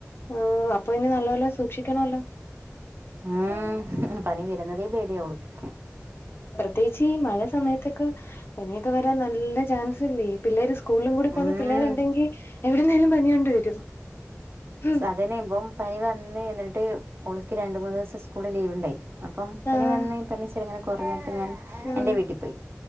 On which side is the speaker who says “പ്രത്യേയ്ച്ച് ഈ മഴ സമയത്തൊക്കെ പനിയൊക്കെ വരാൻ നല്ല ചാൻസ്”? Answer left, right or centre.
Left